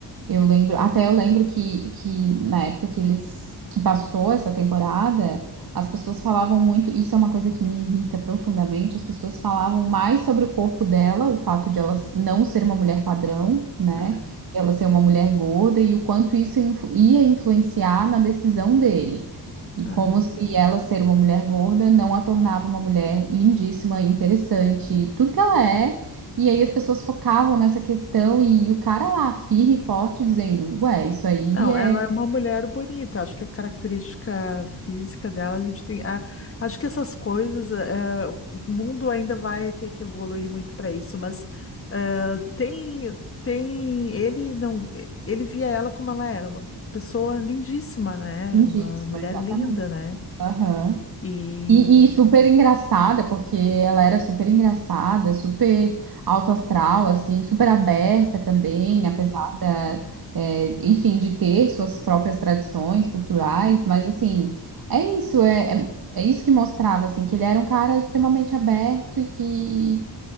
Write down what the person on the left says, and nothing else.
Ah,
aham.
Não,
ela é uma mulher bonita. Acho que a característica física dela, a gente tem. a- acho que essas coisas, eh, o mundo ainda vai ter que evoluir muito para isso, mas eh, tem, tem. Ele não. Ele via ela como ela era, uma pessoa lindíssima, né?
Uma mulher
linda, né?
E.